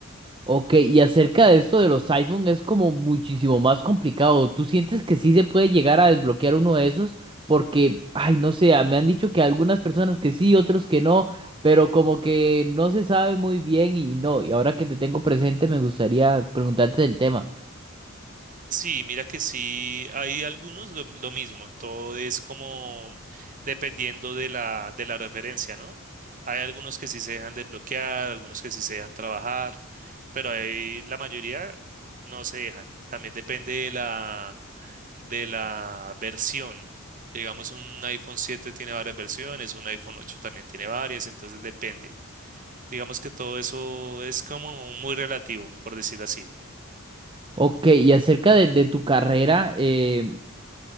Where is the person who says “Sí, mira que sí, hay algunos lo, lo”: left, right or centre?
Right